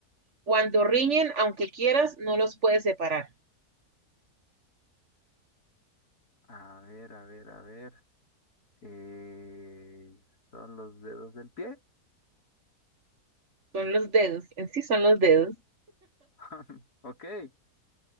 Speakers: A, on the right; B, on the left.
A: Cuando riñen, aunque quieras, no los puedes separar.
B: A ver, a ver, a ver. Eh, ¿son los dedos del pie?
A: Son los dedos, en sí son los dedos.
B: <laughs> Ok.